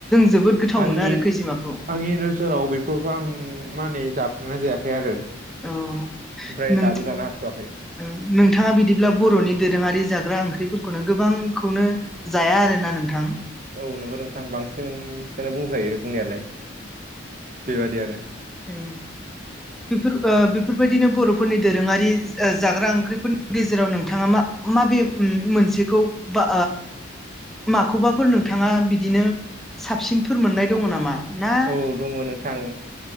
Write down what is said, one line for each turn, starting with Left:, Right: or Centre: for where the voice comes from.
Centre: जोबोद गोथाव
Right: आंनि
Centre: मोनो आरो खैजिमाखौ।
Right: आंनि नोजोराव बेफोरखौ आं माने जाफेरनाय जायाखै आरो।
Centre: औ
Right: ओमफ्राय
Centre: नों
Right: दाबो जानो हाथ'वाखै
Centre: ओ नोंथाङा बिदिब्ला बर'नि दोरोङारि जाग जाग्रा ओंख्रिफोरखौनो गोबांखौनो जाया आरो ना नोंथां?
Right: औ नंगौ नोंथां बांसिनखौनो बुंजायो बुंनायालाय बेबादि आरो।
Centre: ए। बेफोर ओ बेफोरबायदिनो बर'फोरनि दोरोङारि जाग्रा ओंख्रिफोरनि गेजेराव नोंथाङा मा मा मा बे मोनसेखौ बा माखौबाफोर नोंथाङा बिदिनो साबसिनफोर मोननाय दङ नामा? ना
Right: औ दङ नोंथां।